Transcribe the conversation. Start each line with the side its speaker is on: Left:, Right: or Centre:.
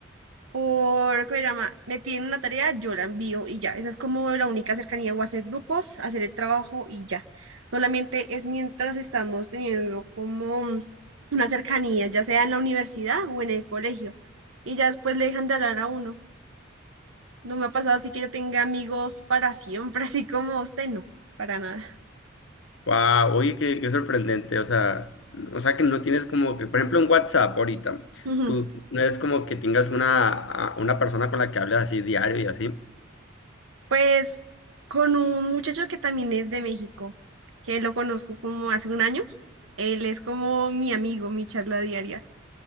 Right: por, ¿cómo se llama? Me piden una tarea, yo la envío y ya. Esa es como la única cercanía, o hacer grupos, hacer el trabajo y ya. Solamente es mientras estamos teniendo como una cercanía, ya sea en la universidad o en el colegio. Y ya después le dejan de hablar a uno. No me ha pasado así que yo tenga amigos para siempre, <laughs> así como usted, no, para nada.
Left: Wow, oye, qué, qué sorprendente, o sea, o sea que no tienes como que, por ejemplo, en WhatsApp ahorita,
Right: Ujú.
Left: tú no es como que tengas una, a- una persona con la que hables así diario y así,
Right: Pues con un muchacho que también es de México, que lo conozco como hace un año. Él es como mi amigo, mi charla diaria.